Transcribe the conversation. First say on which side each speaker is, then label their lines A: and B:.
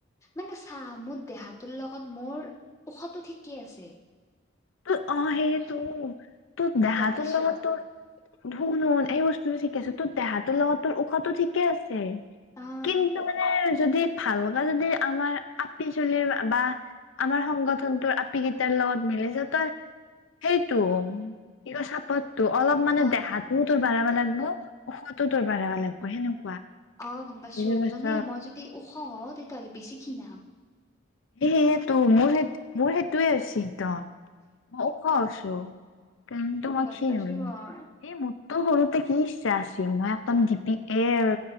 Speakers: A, on the left; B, on the left.
A: মানে চা মোৰ দেহাটোৰ লগত মোৰ ওখ টো ঠিকেই আছে।
B: তোৰ অ সেই তোৰ তোৰ দেহা
A: গম পাইছ
B: তোৰ লগত তোৰ ভন হুন এই বস্তু। তুমি ঠিকে আছ তোৰ দেহাটোৰ লগত তোৰ ওখ টো ঠিকে আছে।
A: অ
B: কিন্তু মানে যদি ভাল। বা যদি আমাৰ আপি চলিৰ বা আমাৰ সংগঠনটোৰ আপি কেইটাৰ লগত মিলিছে ত সেইটো কি ক চাপটো অলপ মানে
A: অ
B: দেহাটোও বাঢ়াবা লাগবৌ ওখটো ত বাঢ়াবা লাগবৌ সেনেকুৱা।
A: অহ গম পাইছো
B: বুজি পাইছ
A: মানে মই যদি ওখ হওঁ তেতিয়াহ'লে বেছি খিনাম।
B: এ সেইতো মোৰ সেই মোৰ সেইটোয়ে হৈছে ত মই ওখ আছো। কাৰণ তোমা
A: গম
B: খিণ
A: পাইছো
B: হল ন
A: মই
B: এই মত তোৰ সৰুতে কি ইচ্ছা আছিল মই একদম দিপি এৰ